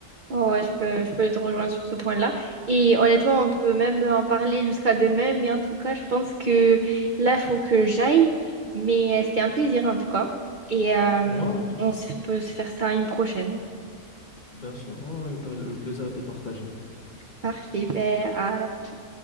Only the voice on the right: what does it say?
ouais, ouais, je peux, je peux te rejoindre sur ce point-là. Et honnêtement, on peut même en parler jusqu'à demain, mais en tout cas, je pense que là, il faut que j'aille. Mais euh, c'était un plaisir en tout cas. Et euh,
on se- peut se faire ça une prochaine.
Parfait, ben, à la prochaine.